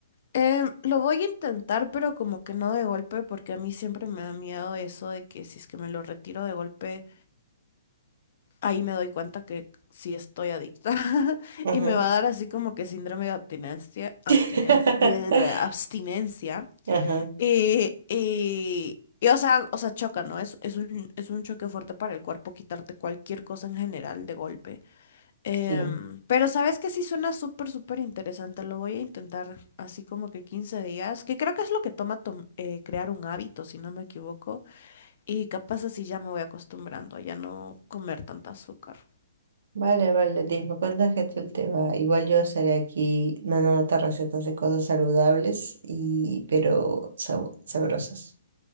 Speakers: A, on the left (about 50°); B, on the right (about 65°).
A: Em, lo voy a intentar, pero como que no de golpe, porque a mí siempre me da miedo eso de que si es que me lo retiro de golpe, ahí me doy cuenta que sí estoy adicta <laughs>
B: Ajá.
A: y me va a dar así como que síndrome de abstinencia, abstinencia,
B: <laughs>
A: abstinencia.
B: Ajá,
A: Y, y, y, o sea, o sea, choca, ¿no? Es, es un, es un choque fuerte para el cuerpo quitarte cualquier cosa en general de golpe. Em,
B: sí.
A: pero sabes que sí suena súper, súper interesante. Lo voy a intentar así como que 15 días, que creo que es lo que toma tom- eh, crear un hábito, si no me equivoco. Y capaz así ya me voy acostumbrando a ya no comer tanta azúcar.
B: Vale, vale, Liz, me cuentas qué tal te va. Igual yo estaré aquí mandándote recetas de cosas saludables y pero sab- sabrosas.